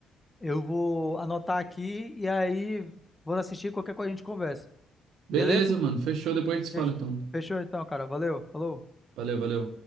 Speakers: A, on the left; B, on the right.
A: eu vou anotar aqui e aí vou assistir qualquer coisa a gente conversa.
B: Beleza,
A: Beleza?
B: mano. Fechou, depois a gente se
A: Fech-
B: fala então.
A: Fechou então, cara. Valeu. Falou.
B: Valeu, valeu.